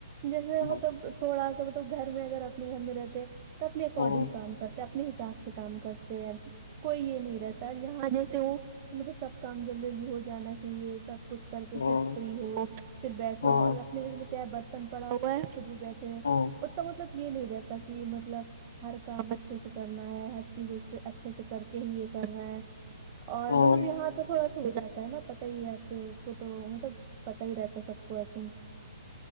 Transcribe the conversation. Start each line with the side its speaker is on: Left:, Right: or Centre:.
Right: جیسے
Left: ہوں
Right: مطلب تھوڑا سا مطلب گھر میں اگر اپنے گھر میں رہتے ہیں تو اپنے اکارڈنگ
Left: ہوں
Right: کام کرتے اپنے حساب سے کام کرتے ہیں کوئی یے نہیں رہتا یہاں جیسے ہو مطلب سب کام جلدی جلدی ہو جانا چاہیے سب کچھ کر کے
Left: ہوں
Right: پھر فری ہو پھر بیٹھو
Left: ہوں
Right: اور اپنے گھر میں کیا ہے برتن پڑا ہوا ہے پھر بھی بیٹھ تے ہے اسکا
Left: ہوں
Right: مطلب یے نہیں رہتا کی مطلب ہر کام اچھے سے کرنا ہے ہر چیز اچھے سے کر کے ہی یے کرنا ہے اور
Left: ہوں
Right: مطلب یہاں پے تھوڑا ہو جاتا ہے نا پتا ہی آپ کو تو مطلب پتا ہی رہتا ہے سب کو آئی تھنک